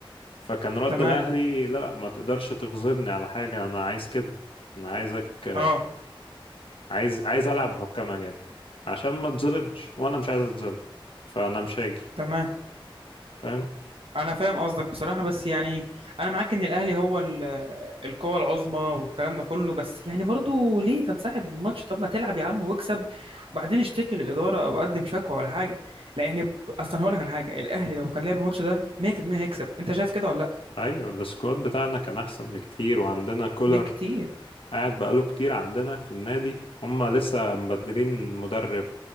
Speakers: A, on the left (about 75°); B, on the right (about 75°).
A: فكان رد
B: تمام
A: الأهلي لا ما تقدرش تغضبني على حاجة أنا عايز كده أنا عايزك
B: اه
A: عايز عايز ألعب بحكام أجانب عشان ما تظلمش وأنا مش عايز أتظلم فأنا مش هاجي
B: تمام
A: فاهم
B: انا فاهم قصدك بصراحه بس يعني انا معاك ان الاهلي هو ال- القوه العظمى والكلام ده كله بس يعني برضو ليه تنسحب من الماتش طب ما تلعب يا عم واكسب وبعدين اشتكي للاداره او قدم شكوى ولا حاجه لان ب- اصلا هقول لك على حاجه الاهلي لو كان لعب الماتش ده 100% هيكسب انت شايف كده ولا لا
A: ايوه السكواد بتاعنا كان احسن بكتير وعندنا كولر
B: بكتير
A: قاعد بقاله كتير عندنا في النادي هما لسه مبدلين مدرب